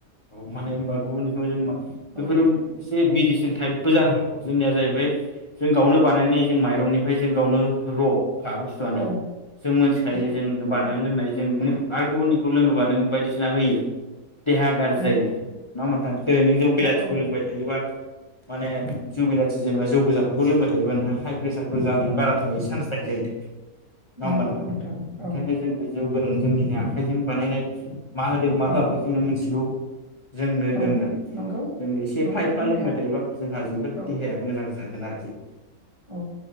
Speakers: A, on the left (about 25°); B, on the right (about 25°).
A: औ मानो हबा गुबुननिखौ जों बेफोर
B: औ
A: इसे थायेबबो जानो हागौ जोंनिया जाहैबाय जों गावनो बानायनाय जों माइ रंनिफ्राय जों गावनो र खा बुस्थुआनो
B: औ
A: जों मिथिखायो
B: जि
A: जों बानायनानै
B: औ
A: लोंनाय जों आरो गुबुननिखौ लोङोबा नों बायदिसिना होयो देहा गाज्रि
B: नंगौ
A: जायो नङा ओमबा नोंथां जेरै नों जौ बिलाथिखौ
B: नंगौ
A: लोंबाय थायोबा माने जौ बिलाथि जेनेबा जौ गोजाफोरखौ लोंबाय थायोबा हाइ प्रेस र फोर जानायनि बारा थायो चान्स थायो जाहैदों। नङा
B: नंगौ
A: ओमबा नोंथां?
B: औ
A: इखायनो जोंबो जौ गोरान जोंनिनो आखाइजों बानायनाय मा होदों मा
B: औ
A: होआखै जोंनो मिथिगौ जोंनो
B: औ
A: लोंनानै
B: नंगौ
A: जों एसे एफा
B: नोंथां
A: एफा
B: बुंनाया
A: लोंबाय थायोबा जोंहा जोबोद
B: औ
A: देहाया मोजां जा गोन आरोखि
B: औ